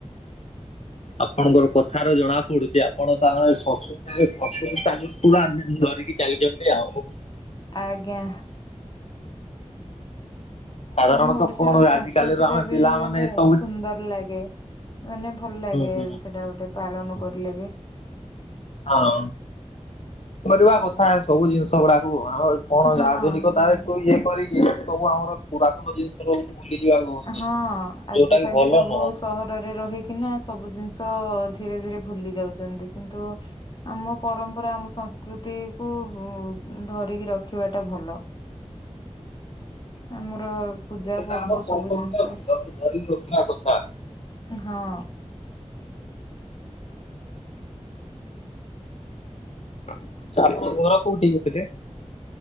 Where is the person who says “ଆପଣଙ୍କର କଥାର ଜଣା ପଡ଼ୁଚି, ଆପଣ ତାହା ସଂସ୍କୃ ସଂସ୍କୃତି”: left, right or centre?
Left